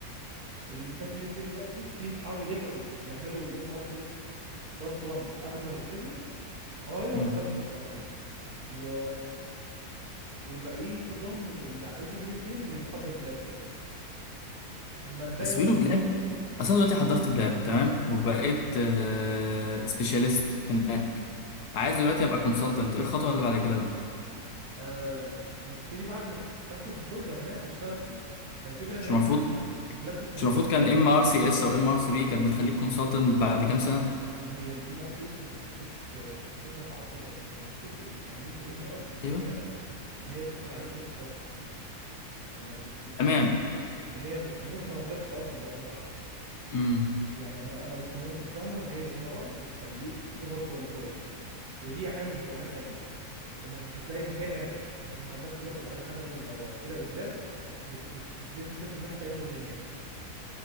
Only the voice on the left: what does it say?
مم.
بس
بيقولوا بلاد أصلا دلوقتي حضرت بلاد تمام وبقيت
آه... سبيشاليست هناك عايز
دلوقتي أبقى كونسلتنت إيه الخطوة اللي بعد كده بقى
مش
المفروض
مش المفروض
كان ام ار سي اس او ام ار سي بي كانت بتخليك كونسلتنت بعد كام سنة
ايوه
تمام
امم